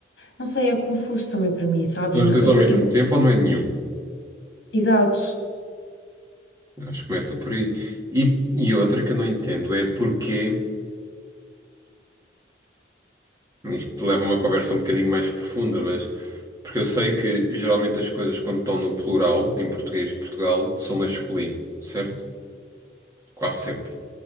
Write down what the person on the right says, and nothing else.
Os
dois
ao
mesmo
tempo ou não é nenhum?
Acho que começa por aí. E, e outra que eu não entendo é porque, isto leva a uma conversa um bocadinho mais profunda, mas porque eu sei que geralmente as coisas quando estão no plural, em português de Portugal, são masculino, certo? Quase sempre.